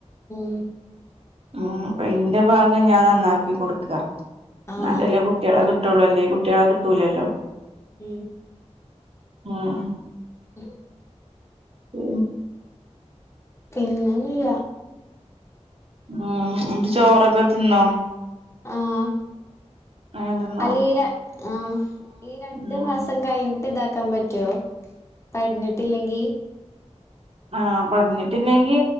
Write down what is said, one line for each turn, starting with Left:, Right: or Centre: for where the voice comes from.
Left: ഉം
Right: ഉ അപ്പൊ ഇന്റെ ഭാഗം ഞാൻ നന്നാക്കി കൊടുക്കാ
Left: ആഹ്
Right: ഇന്നാലെല്ലെ കുട്ടീളെ കി.... കിട്ടുള്ളല്ലേ അല്ലങ്കികുട്ടികളെ കിട്ടൂലല്ലോ.
Left: ഉം
Right: ആഹ
Left: ഉ
Right: പി
Left: പിന്നെന്നുല്ല
Right: ഉം ന്നിട്ട് ചോറൊക്കെ തിന്നോ.
Left: ആഹ്
Right: അങ്ങനെ തിന്നോ
Left: അല്ല ഈ രൺ ആഹ് ഈ രണ്ട്
Right: ഉം
Left: മാസം കഴി ട്ട് താക്കാം പറ്റോ പട്ഞ്ട്ട്ല്ലെങ്കി
Right: ആഹ് പറഞ്ഞിട്ടില്ലെങ്കി